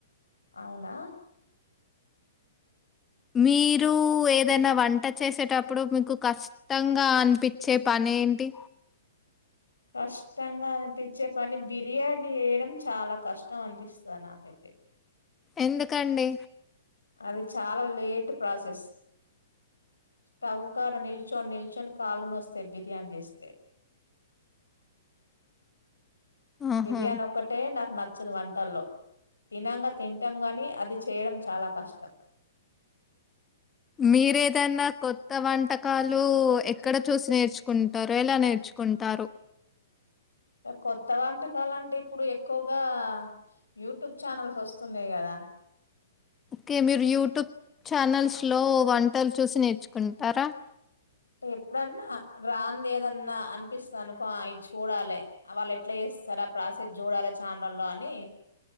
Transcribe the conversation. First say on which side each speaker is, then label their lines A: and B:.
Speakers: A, on the left; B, on the left.
A: అవునా
B: మీరు ఏదైనా వంట చేసేటప్పుడు మీకు కష్టంగా అనిపించే పని ఏంటి
A: కష్టంగా అనిపించే పని బిర్యానీ చేయడం చాలా కష్టం అనిపిస్తది నాకైతే
B: ఎందుకండి
A: అది చాలా లేట్ ప్రాసెస్ స్టవ్ కాడ నిల్చొని నిల్చొని కాళ్ళునోస్తాయి బిర్యానీ చేస్తే
B: ఆహా!
A: బిర్యానీ ఒక్కటే నాక్ నచ్చదు వంటల్లో తినంగా తింటాం గని అది చేయడం చాలా కష్టం
B: మీరేదన్నా కొత్త వంటకాల్ లు ఎక్కడ చూసి నేర్చుకుం టారు ఏలా నేర్చుకుంటారు
A: కొత్త వంటకాలంటే ఇప్పుడు ఎక్కువగా యూట్యూబ్ ఛానల్స్ వస్తున్నాయి కదా
B: కే మీరు యూట్యూబ్ ఛానల్స్ లో వంటలు చూసి నేర్చుకుంటారా
A: ఎప్పుడన్నా రాంది ఏదన్నా అనిపిస్తది అనుకో ఇది చూడాలి వాళ్ళు ఎట్లా చేస్తారా ఆ ప్రాసెస్ చూడాలి ఛానల్లో అని